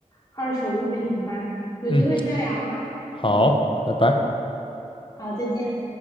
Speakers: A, on the left; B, on the left.
A: 二手物品吧，有机会再聊吧。
B: 嗯，好，
A: 嗯，
B: 拜拜。
A: 好，再见。